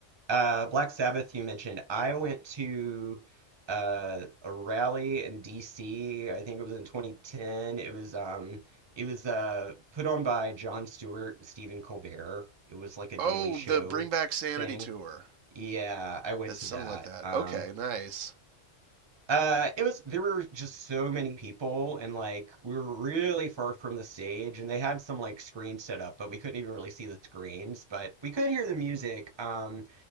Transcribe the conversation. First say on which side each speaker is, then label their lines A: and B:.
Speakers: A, on the right (about 25°); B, on the right (about 80°).
A: uh, Black Sabbath, you mentioned. I went to uh, a rally in DC. I think it was in 2010. It was um, it was uh, put on by Jon Stewart and Stephen Colbert. It was like a
B: Oh,
A: Daily Show
B: the Bring Back Sanity
A: thing.
B: tour.
A: Yeah, I went
B: That's
A: to
B: something
A: that.
B: like that.
A: Um,
B: Okay, nice.
A: uh, it was there were just so many people, and like we were really far from the stage, and they had some like screens set up, but we couldn't even really see the screens, but we could hear the music. Um,